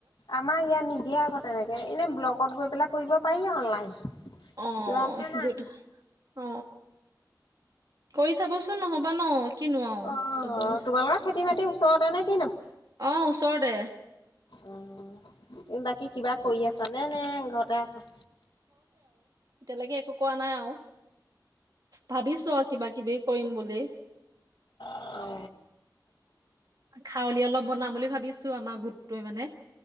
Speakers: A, on the left; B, on the right.
A: আমাৰ ইয়াত নিদিয়ে আকৌ তেনেকে এনে ব্লকত গৈ পেলাই কৰিব পাৰি অনলাইন।
B: অ
A: যোৱাহে নাই
B: গু অ কৰি চাবচো চোন নহ'বা ন। কিনো আও
A: অ
B: চবৰে
A: তোমালোকৰ খেতি-বাতি ওচৰতে নে কিনো?
B: অ ওচৰতে।
A: অ তুমি বাকী কিবা কৰি আছা নে নে ঘৰতে আছা?
B: এতিয়ালেকে একো কৰা নাই আৰু। ভাবিছো আৰু কিবা কিবি কৰিম বুলি।
A: অ
B: খাৰলি অলপ বনাম বুলি ভাবিছো আমাৰ গোটটোৱে মানে।